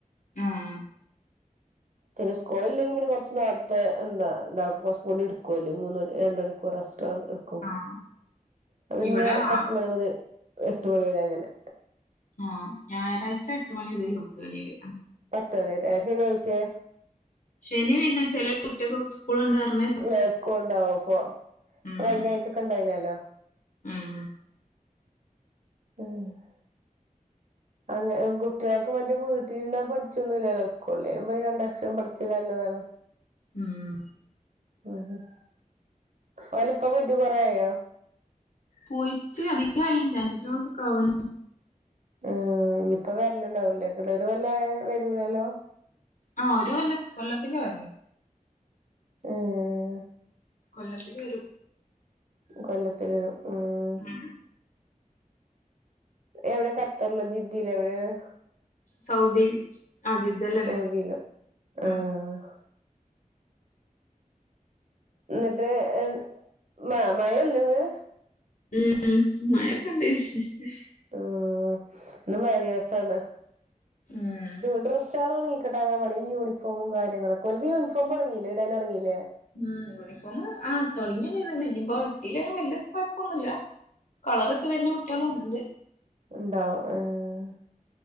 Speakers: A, on the left; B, on the right.
A: ഉം
B: പിന്നെ സ്കൂള് ഇല്ലെങ്കി പിന്നെ കൊറ്ച്ച് നേർത്തെ എന്താ എന്ത കൊറ്ച്ചും കൂടി ഇടുക്കോൽ മൂന്ന് മണി രണ്ട് മണിക്കൂർ എസ്ട്ര -- ക്കും
A: ആഹ്
B: അത് പിന്നെ
A: ഇവിടെ ആ
B: പത്ത് മണി മുതൽ എട്ട് മണി വരെ അങ്ങനെ.
A: ആഹ് ഞായറാഴ്ച എട്ട് മണി മുതൽ പത്തണിവരെ
B: പത്തണി വരെ ആ ശനിഴായ്ച്ചെ
A: ശനി പിന്നെ ചെല കുട്ട്യാ കൊക്കെ സ്കൂ. ഇപ്പോളെന്താപറഞ്ഞേ.
B: ഏഹ് സ്കൂൾ ഉണ്ടാവും പ്പൊ
A: ഉം
B: അത് കഴിഞ്ഞ ആഴ്ചൊക്കെണ്ടായിരുന്നല്ലോ.
A: ഉം
B: ഉം ഹ് അങ്ങ കുട്ട്യാക്കും മറ്റേ വീട്ടിരുന്നാ പഠിച്ചൊന്നും ഇല്ലല്ലോ സ്കൂളിൽ വരുമ്പോ രണ്ട ക്ഷരം പഠിച്ചല് നല്ലതാണ്.
A: ഉം.
B: ഉം ഓലേപ്പ പോയിട്ട് കൊറേ ആയോ?
A: പോയിട്ട് അധികായില്ല അഞ്ചുമാസൊക്കെ ആവ്ണ്.
B: ആഹ് ഇനിയിപ്പോ വര്ല്ണ്ടാവൂലേക്കുലേ ഒരു കൊല്ലം ആയ വരൂലല്ലോ.
A: ആഹ് ഒരു കൊല്ല കൊല്ലത്തിലാ വരല്.
B: ഏഹ്.
A: കൊല്ലത്തിൽ വരും.
B: കൊല്ലത്തിലെരും ഉംഹ്.
A: ഉം
B: എവിടെ കത്തർലൊ ജിദ്ദലോ എവിടെയാണ്?
A: സൗദിയിൽ ആഹ് ജിദ്ദയിലന്നെ
B: സൗദിയില് ആഹ്
A: ഉം.
B: ന്നിട്ട് ഏഹ് മ മഴല്ലേ ഇന്ന്.
A: ഉം മഴൊക്കെണ്ട്.
B: അഹ് ഇന്ന് മഴ ദിവസാണ്.
A: ഉം
B: ഡ്രസ്സോളൊ ണങ്ങി കിട്ടാന പണി. ഈ യൂണിഫോമും കാര്യങ്ങളൊക്കെ ഓല്ക്ക് യൂണഫോമ് തൊടങ്ങിലേ ഇടൽ തൊടങ്ങീല്ലേ.
A: ഉം യൂണിഫോം ആ തൊടങ്ങിക്കെ ചെയ്ത്ക്ണ് ഇനി ഇട്ടീലേലും വല്ല്യ കൊഴപ്പൊന്നുല്ല. കളറിട്ട് വര്ന്ന കുട്ട്യാളും ഉണ്ട്.
B: ഉണ്ടോ ഏഹ്.